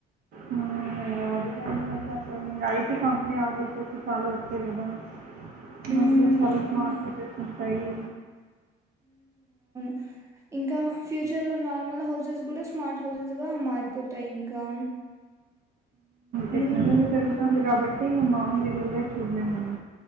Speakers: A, on the right (about 60°); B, on the right (about 20°).
A: ఆ, హైదరాబాద్లో అన్నీ అంటే ఐటీ కంపెనీ ఆఫీసస్ చాల వచ్చ కదా
B: హ్మ్.
A: మందు చాలత్ మత అయి
B: అ ఇంకా ఫ్యూచర్ లో నార్మల్ హౌసెస్ కూడా స్మార్ట్ థౌసండ్స్ గా మారిపోతాయి ఇంకా
A: టెక్నాలజీ
B: మున్
A: పెరుగుతుంది కాబట్టి ఏ మాములే అన్ననే చూడలేను